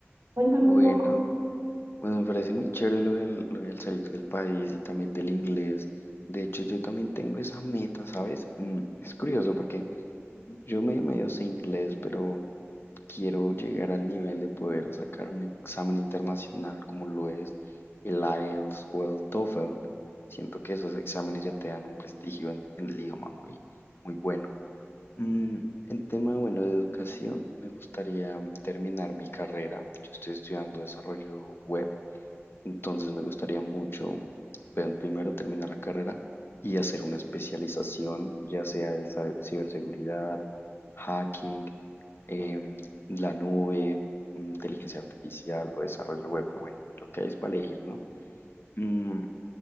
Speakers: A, on the right; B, on the left.
A: Cuéntame
B: Bueno,
A: un poco.
B: bueno, me parece muy chévere lo del, lo del salir del país y también del inglés. De hecho, yo también tengo esa meta, ¿sabes? Mm, es curioso porque yo medio medio sé inglés, pero Quiero llegar al nivel de poder sacar un examen internacional como lo es el IELTS o el TOEFL. Siento que esos exámenes ya te dan un prestigio en, en el idioma muy, muy bueno. Mm, en tema, bueno, de educación, me gustaría terminar mi carrera. Yo estoy estudiando desarrollo web, entonces me gustaría mucho, bueno, primero terminar la carrera y hacer una especialización, ya sea de sa- ciberseguridad, hacking, em, la nube, mm, inteligencia artificial o desarrollo web, pues bueno, lo que hay es para elegir, ¿no? Mm,